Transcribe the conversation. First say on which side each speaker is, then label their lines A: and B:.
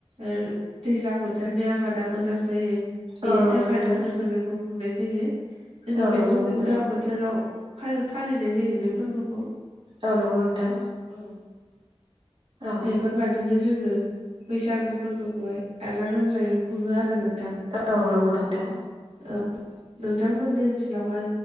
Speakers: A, on the right; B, on the right.
A: ओ दैज्लां बोथोरनि आबादा मोजां जायो। बेनि
B: औ नंगौ
A: थाखायनो
B: नोंथां
A: जोङो बेखौ खुंनाय जायो। जोङो
B: औ
A: बेखौ
B: नंगौ नोंथां
A: उदां बो थोराव फा-फालिनाय जायो बे फोरबोखौ।
B: औ नंगौ नोंथां।
A: औ
B: औ
A: बेफोरबादिनो जोङो बैसागु फोरबोखौहाय गाजा गोमजायै खुङो आरो नोंथां।
B: औ नंगौ नोंथां।
A: औ नोंथांमोननि ओनसोलावहाय